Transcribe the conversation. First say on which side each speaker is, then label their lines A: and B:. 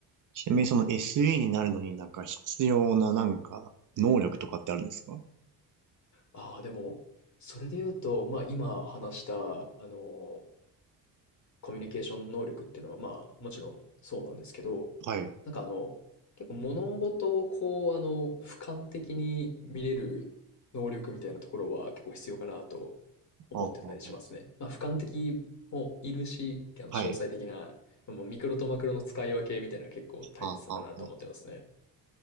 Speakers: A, on the right; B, on the left.
A: ちなみにその SE になるのになんか必要ななんか能力とかってあるんですか
B: ああ、でも、それで言うと、まあ今話した、あの、コミュニケーション能力っていうのは、まあ、もちろんそうなんですけど、
A: はい。
B: なんかあの、結構物事をこう、あの、俯瞰的に見れる能力みたいなところは結構必要かなと思ってたりしますね。
A: ああ、ああ
B: まあ、俯瞰的もいるし、あの、詳細的な、
A: はい。
B: もうミクロとマクロの使い分けみたいなの結構大切だなと思ってますね。
A: ああ、ああ、